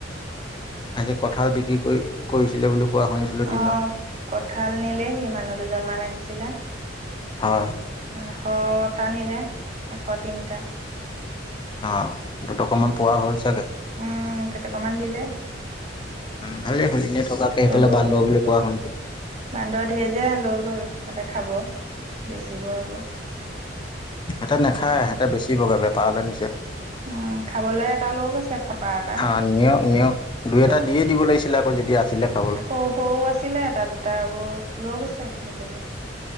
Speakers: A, on the left; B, on the right.
A: আজি কঁঠাল বিক্ৰী কৰি কৰিছিলে বুলি কোৱা শুনিছিলো দিনত।
B: অ' কঠাল নিলেহি মানুহ দুজন মান আহিছিলা।
A: হয়
B: এশটা নিলে এশ তিনিটা।
A: অ' দুটাকা অকমান পোৱা হ'ল চাগে।
B: উম। কেটকা মান দি হেৰি
A: ভালেই হ'ল এনেই থকাতকে সেইফালে
B: বুলি
A: বান্দৰ কোৱা
B: বান্দৰ
A: শুনিছো।
B: ধঢে যে লৈ গ'ল এটা খাব বেচিব অক
A: সিহঁতে নাখায় সিহঁতে বেছি বগে বেপাৰলৈ নিছে
B: ম খাবলে এটা লৈ গৈছে ফটা এটা
A: খা
B: দুই
A: নিয়ক নিয়ক দুই
B: এটা দি
A: দিয়ে
B: দিব লাগছিল
A: লাগিছিলে আকৌ যেতিয়া আছিলে খাবলৈ
B: সৰু সৰু আছিলে। এটা দুটা আকৌ লগ ছে বুটলি